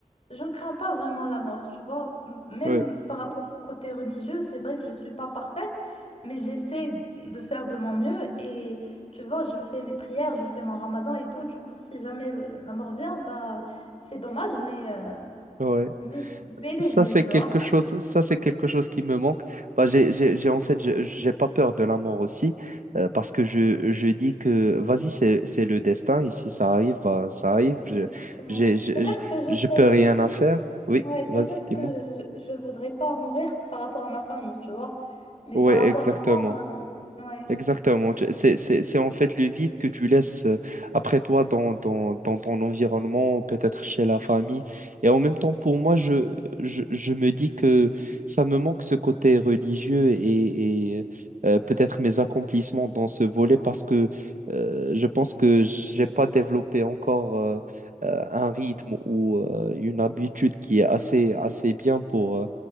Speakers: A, on the left; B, on the right.
A: Je ne crains pas vraiment la mort, tu vois. M- Même
B: oui,
A: par rapport au côté religieux, c'est vrai que je ne suis pas parfaite, mais j'essaie de faire de mon mieux et tu vois, je fais mes prières, je fais mon ramadan et tout. Du coup, si jamais le- la mort vient, bah, c'est dommage, mais, euh,
B: oui.
A: mais, mais elle
B: Ça,
A: est venue,
B: c'est
A: tu
B: quelque
A: vois. <laughs>
B: chose, ça, c'est quelque chose qui me manque. Bah, j'ai, j'ai, j'ai- en fait, j'ai j'ai pas peur de la mort aussi, euh, parce que je, je dis que, vas-y, c'est, c'est le destin. Ici, ça arrive, bah, ça arrive. Je,
A: Exactement.
B: j'ai, je,
A: Peut-être
B: je
A: que je
B: je
A: serais
B: peux
A: triste,
B: rien à faire. Oui,
A: ouais,
B: vas-y,
A: peut-être
B: dis-moi.
A: que je ne voudrais pas mourir par rapport à ma famille, tu vois. Mais
B: Oui,
A: par
B: exactement.
A: rapport à moi, euh, ouais,
B: Exactement. Tu- C'est, c'est, c'est en fait le vide que tu laisses euh, après toi dans, dans, dans ton environnement, peut-être chez la famille. Et en même temps, pour moi, je, je, je me dis que ça me manque ce côté religieux et, et, euh, peut-être mes accomplissements dans ce volet parce que euh, je pense que j'ai pas développé encore euh, euh, un rythme ou euh, une habitude qui est assez, assez bien pour, euh,